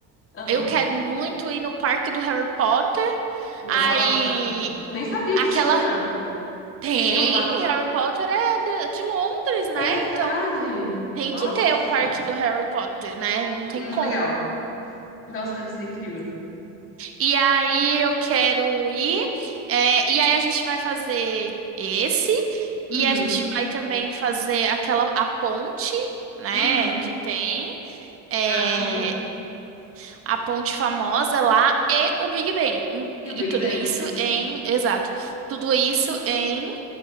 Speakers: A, on the left; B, on the right.
A: Aham.
B: Eu quero muito ir no Parque do Harry Potter.
A: Nossa,
B: Aí,
A: nem sabia
B: aquela...
A: que tinha.
B: Tem,
A: Tem um parque.
B: Harry Potter é de de Londres, né?
A: É verdade.
B: Então, tem
A: Nossa.
B: que ter o Parque do Harry Potter, né? Não tem
A: Hum,
B: como.
A: legal. Nossa, deve ser incrível.
B: E aí eu quero ir. é, e aí a gente vai fazer esse.
A: Uhum,
B: E a gente vai também fazer aquela a ponte, né?
A: uhum.
B: Que tem é,
A: Ah, sim.
B: a ponte famosa lá e o Big Ben.
A: E
B: E
A: o Big
B: tudo
A: Bang,
B: isso
A: justo.
B: em, exato, tudo isso em